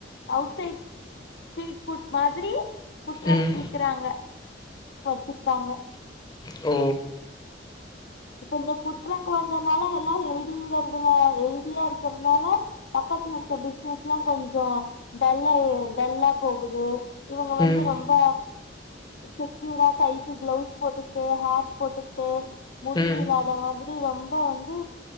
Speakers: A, on the left; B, on the left.
A: outside street food மாதிரி ஃபுட் ட்ரக்
B: ம்
A: விக்குறாங்க சிரிச்சாங்க
B: ஓ
A: இப்ப இந்த ஃபுட் ட்ரக் வந்தனால எல்லா ஹெழ்திங்கிறது ஹெழ்தியா இருக்கிறதுனால ப த்துல இருக்க பிசினஸ் எல்லா கொஞ்சோ டல்லா டல்லா போகுது இவுங்க வந்து
B: ம்
A: ரொம்ப செக்யூரா கைக்கு க்ளவுஸ் போட்டுகிட்டு ஹேர்க்கு போட்டுகிட்டு முடி
B: ம்
A: விலாத மாதிரி ரொம்ப வந்து